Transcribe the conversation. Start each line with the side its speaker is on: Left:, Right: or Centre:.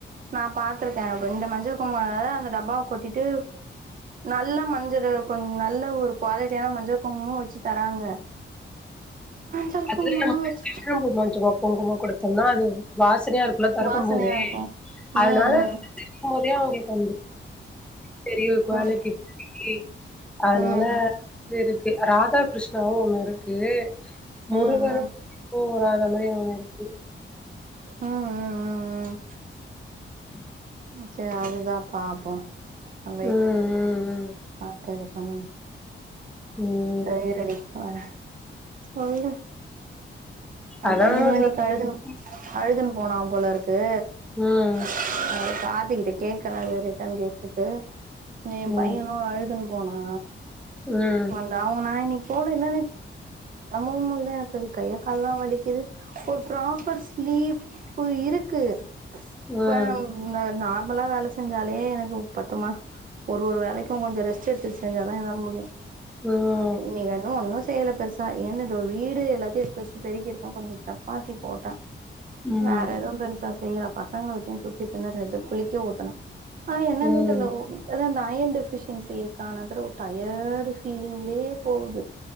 Right: நான் பாத்திருக்கேன் அப்ப இந்த மஞ்சள் கும்குமம் அந்த டப்பாவ கொட்டிட்டு நல்ல மஞ்சள் கொஞ்ச நல்ல ஒரு குவாலிட்டியான மஞ்சள் குங்குமம் வச்சு தராங்க மஞ்சள்
Centre: அதுல
Right: குங்குமல்லா வச்சு
Centre: கொஞ்சமா குங்குமம் குடுத்தோம்னா அது வாசனையா இருக்கு திறக்கும்
Right: வாசனையா
Centre: போதே
Right: இருக்கு
Centre: அதனால
Right: ம் ம்
Centre: த போதே அவங்களுக்கு அந்த சரியா குவாலிட்டி
Right: ம்
Centre: அதனால
Right: ம் ம்
Centre: வ இருக்கு ராத கிருஷ்ணாவும் ஒண்ணு இருக்கு <unintelligible>
Right: ம் ம்
Centre: அத மாதிரி ஒண்ணு இருக்கு
Right: ம் ம் ம் ம்
Centre: ம்
Right: சரி அதுதா பாப்போம் அ
Centre: ம் ம்
Right: பாத்தது பண்ண
Centre: ம்
Right: தைரணி வர சொல்லு ந
Centre: அதா
Right: பையன் மணிக்கு
Centre: சொல்
Right: அழுதுனு
Centre: ம்
Right: அழுதுனு போனா போல இருக்கு
Centre: ம்
Right: அ <unintelligible> கிட்ட கேக்குறேன் ரிட்டன் கூப்ட்டுட்டு என்
Centre: ம்
Right: பையனும் அழுது போனா
Centre: ம்
Right: நான் இன்னைக்கு போல என்னன்னு சமூகம்ல எனக்கு அது கைக்கால்லாம் வலிக்குது ஒரு ப்ராப்பர் ஸ்லீப் இப்ப இருக்கு
Centre: ம்
Right: ப நார்மலா வேல செஞ்சாலே எனக்கு பத்துமா ஒரு ஒரு வேலைக்கும் கொஞ்சோ ரெஸ்ட் எடுத்து செஞ்சா தான் என்னால முடியும்
Centre: ம்
Right: நீ இன்னும் ஒன்னும் செயல பெருசா என்னதோ வீடு எல்லாத்தையும் ஃப்ர்ஸ்ட் பெருக்கிட்டு தா கொஞ்சோ சப்பாத்தி போட்டன்
Centre: ம்
Right: வேற எதுவும் பெருசா செய்யல பசங்கள வச்சுன்னு சுத்தி தின்னத்து குளிக்க ஊத்தணும் அது என்னன்னே
Centre: ம்
Right: தெர்ல <unintelligible> அதா அந்த அயன் டெஃபிஷியன்சி இருக்கா என்னன் தெர்ல ஒரு டயடு ஃபீலிங்லே போகுது